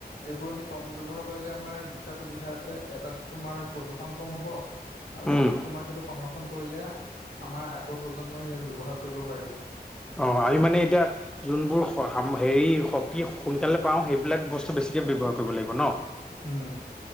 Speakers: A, on the left; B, in the centre.
A: এইবোৰ আমি কম ব্যৱহাৰ কৰিলে আমাৰ দুটা সুবিধা আছে এটাত তোমাৰ প্ৰদূষণ কম হ'ব আৰু
B: উম,
A: আনটো তোমাৰ সেইটো সংৰক্ষণ কৰিলে আমাৰ আগৰ প্ৰজন্মই ইয়াক ব্যৱহাৰ কৰিব পাৰিব।
B: অ', আমি মানে এতিয়া যোনবোৰ হেৰি শক্তি সোনকালে পাওঁ সেইবিলাক বস্তু বেছিকে ব্যৱহাৰ কৰিব লাগিব ন'?
A: উম।